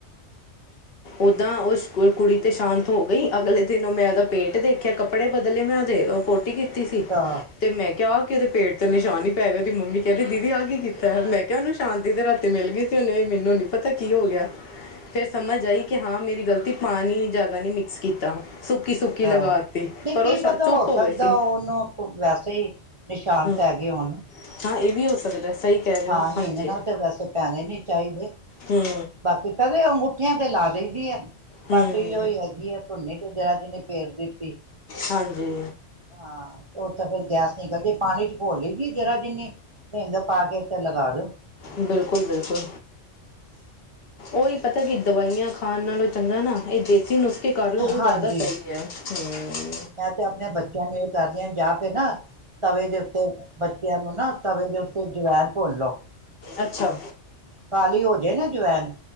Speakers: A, on the left; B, on the right.
A: ਓਦਾਂ ਉਸ ਕੁੜੀ ਤੇ ਸ਼ਾਂਤ ਹੋ ਗਈ, ਅਗਲੇ ਦਿਨ ਉਹ ਮੈਂ ਉਹਦਾ ਪੇਟ ਦੇਖਿਆ ਕੱਪੜੇ ਬਦਲੇ ਮੈਂ ਉਹਦੇ। ਪੋਟੀ ਕੀਤੀ ਸੀ,
B: ਤਾਂ
A: ਤੇ ਮੈਂ ਕਿਹਾ ਉਹ। ਤੇ ਉਹ ਦੇ ਪੇਟ ਤੇ ਨਿਸ਼ਾਨ ਹੀ ਪੈ ਗਿਆ। ਉਹਦੀ ਮੰਮੀ ਕਹਦੀ ਦੀਦੀ ਆਹ ਕੀ ਕੀਤਾ ਹੈ ਮੈਂ ਕਿਹਾ ਨਿਸ਼ਾਨ ਤੇ ਰਾਤੀ ਅਤੇ ਮਿਲ ਗਈ ਸੀ ਉਹਨੂੰ ਮੈਨੂੰ ਨਹੀਂ ਪਤਾ ਕੀ ਹੋ ਗਿਆ ਫਿਰ ਸਮਝ ਆਈ ਕਿ ਹਾਂ ਮੇਰੀ ਗਲਤੀ ਪਾਣੀ ਜ਼ਿਆਦਾ ਨਹੀਂ ਮਿਕਸ ਕੀਤਾ ਸੁੱਕੀ ਸੁੱਕੀ
B: ਹਾਂ,
A: ਲਗਾ ਤੀ
B: ਨਹੀਂ
A: ਪਰ
B: ਕੀ
A: ਉਹ
B: ਪਤਾ
A: ਚੁੱਪ
B: ਹੋ ਸਕਦਾ
A: ਗਏ ਸੀ।
B: ਉਹਨੂੰ ਵੈਸੇ ਹੀ ਨਿਸ਼ਾਨ
A: ਹੂੰ
B: ਪੈ ਗਏ ਹੋਨ
A: ਹਾਂ ਇਹ ਵੀ ਹੋ ਸਕਦਾ ਸਹੀ ਕਹਿ ਰਹੇ
B: ਹਾਂ
A: ਹੋ ਹਾਂਜੀ
B: ਹਿੰਗ ਨਾਲ ਤੇ ਵੈਸੇ ਪੈਣੇ ਨੀ। ਚਾਹੀਦੇ
A: ਹੂੰ
B: ਬਾਕੀ ਪਹਿਲੇ ਅੰਗੂਠੀਆਂ ਤੇ ਲਾ ਚਾਹੀਦਾ ਐ।
A: ਹੂੰ
B: ਬਸ ਉਹੀ ਉ ਹੀ ਹੈਗੀ ਐਂ ਝੋਨੇ ਤੇ ਜਰਾ ਜੀ ਨੇ ਫੇਰ ਦਿੱਤੀ।
A: ਹਾਂਜੀ
B: ਹਾਂ, ਉਸ ਤਾਂ ਫਿਰ ਗੈਸ ਨਿਕਲ ਜਾਏ, ਪਾਣੀ ਚ' ਘੋਲ ਲਈ ਜ਼ਰਾ ਜਿੰਨੀ ਹਿੰਗ ਪਾ ਕੇ ਤੇ ਲਗਾ ਲੋ <inaudible>
A: ਬਿਲਕੁਲ, ਬਿਲਕੁਲ ਉਹੀ ਪਤਾ ਕੀ ਦਵਾਈਆਂ ਖਾਣ ਨਾਲੋਂ ਚੰਗਾ ਨਾ ਇਹ ਦੇਸ ਦੇਸੀ ਨੁਸਖੇ ਕਰ ਲਓ ਉਹ
B: ਹਾਂਜੀ
A: ਜ਼ਿਆਦਾ ਸਹੀ ਹੈ। ਹੁੰ
B: ਮੈਂ ਤੇ ਆਪਣੇ ਬੱਚਿਆਂ ਨੂੰ ਇਹ ਕਰਦੀ ਆ ਜਾ ਤੇ ਨਾ ਤਵੇ ਦੇ ਉੱਤੇ ਬੱਚਿਆਂ ਨੂੰ ਨਾ ਤਵੇ ਦੇ ਉੱਤੇ ਜਵੈਨ ਭੁੰਨ ਲਓ
A: ਅੱਛਾ
B: ਕਾਲੀ ਹੋ ਜੇ ਨਾ ਜਵੈਨ